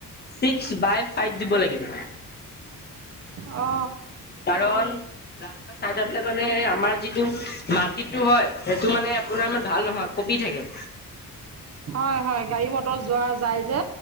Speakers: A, on the left; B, on the right.
A: ছিক্স বাই ফাইভ দিব লাগিব।
B: অ।
A: কাৰণ ৰাস্তাত চাইডত হ'লে মানে আমাৰ যিটো মাটিটো হয় সেইটো মানে আপোনাৰ ইমান ভাল নহয় কঁপি থাকে। <inaudible>
B: হয়, হয়। গাড়ী মটৰ যোৱা যায় যে।